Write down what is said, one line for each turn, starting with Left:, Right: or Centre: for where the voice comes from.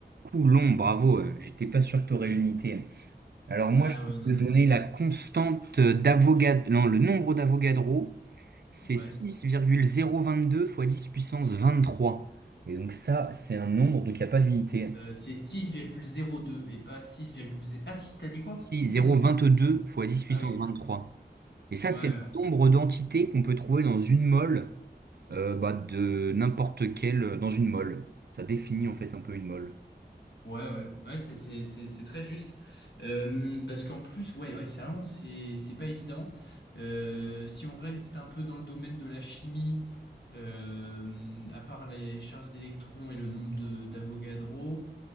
Right: Coulomb, bravo. euh, J'étais pas sûr que t'aurais l'unité. Alors moi,
Left: Ah
Right: je
Left: ouais,
Right: peux te
Left: non,
Right: donner
Left: mais...
Right: la constante d'Avogadro, non, le nombre d'Avogadro C'est
Left: Ouais.
Right: six virgule zéro vingt deux fois 10 puissance vingt trois Et donc ça, c'est un nombre, donc il n'y a pas d'unité.
Left: Euh, c'est six virgule zéro deux et pas six virgule zéro. Ah si, t'as dit quoi?
Right: Si,
Left: Six
Right: zéro
Left: virgule.
Right: vingt deux fois 10 puissance
Left: Ah oui, ok.
Right: vingt
Left: Ouais,
Right: trois Et ça,
Left: ouais.
Right: c'est le nombre d'entités qu'on peut trouver dans une mole, euh, bah, de n'importe quelle, euh, dans une mole. Ça définit en fait un peu une mole.
Left: Ouais, ouais, ouais, c'est c'est c'est c'est très juste Euh, parce qu'en plus, ouais, ouais, c'est vraiment c'est c'est pas évident. Euh, si on reste un peu dans le domaine de la chimie, euh, à part les charges d'électrons et le nombre de d'Avogadro,